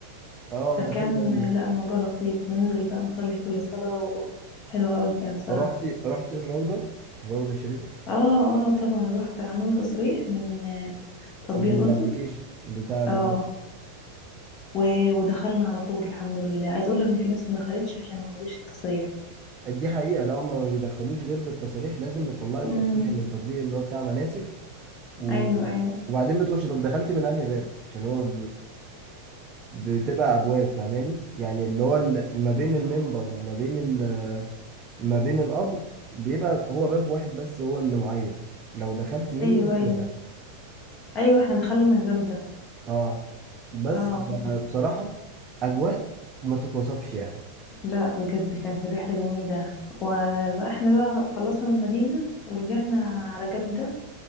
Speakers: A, on the right; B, on the left.
A: اه
B: فكان
A: ده حلو قوي
B: آه،
A: ده
B: لا الموضوع لطيف بننزل بقى نصلي كل صلاه و- حلوه قوي كان صراحه
A: رحت رحت الروضه الروضه الشريفه
B: اه اه طبعا رحت عملنا تصريح من آه، تطبيق
A: من
B: نسك
A: الابليكيشن بتاع
B: اه
A: مناسك
B: و- ودخلنا على طول الحمد لله عايز اقول لك ان في ناس ما دخلتش عشان ما خدتش التصريح
A: دي حقيقه لا هما ما بيدخلوش غير بالتصاريح لازم بتطلعي
B: مم.
A: التصريح من تطبيق اللي هو بتاع مناسك و...
B: ايوه ايوه
A: وبعدين بتخش طب دخلت من انهي باب عشان هو بتبقى ابواب فاهماني يعني اللي هو ال- ما بين المنبر وما بين ال- ما بين القبر بيبقى هو باب واحد بس هو اللي معين لو دخلت منه
B: ايوه
A: هو
B: ايوه
A: ده
B: ايوه احنا دخلنا من الباب ده
A: اه بس
B: اه
A: بصراحة اجواء ما تتوصفش يعني
B: لا بجد كانت الرحله جميله وبقى احنا بقى خلصنا من المدينه ورجعنا على جده